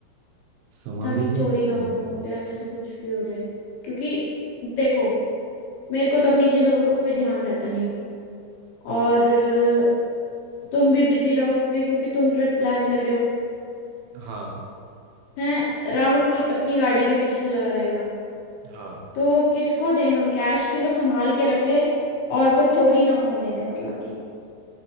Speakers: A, on the right (about 85°); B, on the left (about 70°).
A: संभालेगा
B: ताकि चोरी
A: कौन
B: ना हो या ऐसा कुछ भी हो जाए क्योंकि देखो मेरे को तो अपनी चीजों का कोई ध्यान रहता नहीं और अ, तुम भी बिजी रहोगे क्योंकि तुम ट्रिप प्लान कर रहे हो
A: हाँ
B: हैं राहुल अपनी गाड़ी के पीछे लगा रहेगा
A: हाँ
B: तो किसको दें हम कैश की वो संभाल के रख ले और वो चोरी ना होने दे मतलब कि